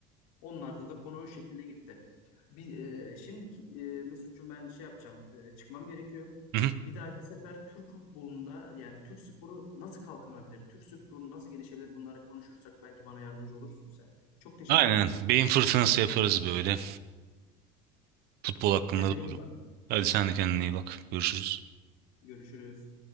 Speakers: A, on the left; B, on the right.
A: Onlarda da konu o şekilde gitti. Bir, e, şimdiki e, Mesut'cum ben şey yapacağım. e, çıkmam gerekiyor.
B: Hı hı.
A: Bir dahaki sefer Türk futbolunda yani Türk sporu nasıl kalkınabilir? Türk sporu nasıl gelişebilir? Bunları konuşursak belki bana yardımcı olursun sen. Çok teşekkür
B: Aynen.
A: ederim.
B: Beyin fırtınası yaparız böyle. Futbol hakkında
A: Kendine
B: doğru.
A: iyi bak.
B: Hadi sen de kendine iyi bak. Görüşürüz.
A: Görüşürüz.